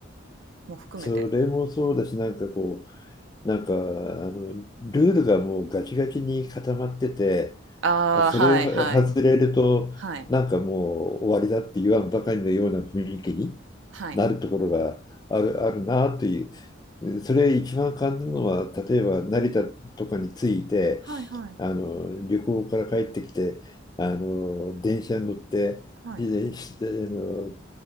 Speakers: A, on the right; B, on the left.
A: も含めて。
B: それもそうだし、なんかこう、なんか、あの、ルールがもうガチガチに固まってて、
A: ああ、
B: それを外れると、
A: はいはい。はい、
B: なんかもう終わりだって言わんばかりのような雰囲気に
A: はい。
B: なるところがある、あるなっていう、それ一番感じるのは、例えば成田とかに着いて、
A: はいはい。
B: あの旅行から帰ってきて、あの電車に乗って、
A: はい。
B: でしあの